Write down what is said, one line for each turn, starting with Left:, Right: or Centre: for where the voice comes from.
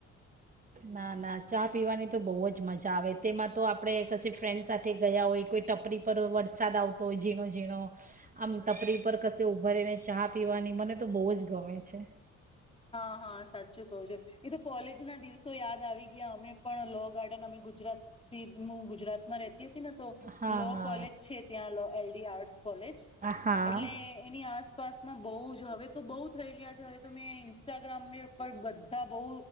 Right: ના ના ચા પીવાની તો બહુ જ મજા મજ આવે તેમાં તો આપણે કશી ફ્રેન્ડ સાથે ગયા હોય કોઈ ટપરી પર વરસાદ આવતો હોય ઝીણો ઝીણો આમ તપરી પર કશે ઊભા રહીને ચા પીવાની મને તો બહુ જ ગમે છે.
Left: હા હા સાચું કું છું એ તો કોલેજ ના દિવસો યાદ આવી ગયા અમે પણ લો ગાર્ડન અમે ગુજરાતું ગુજરાતમાં રેહતી તો
Right: હા
Left: લો
Right: હા
Left: કોલેજ છે ત્યાં એલડી આર્ટ કોલેજ
Right: હા
Left: એટલે એની આસપાસ બહુ જ હવે તો બઉુ થઈ ગયા છે. હવે તમે મૈ ્રામ ઉપ બધા બહુ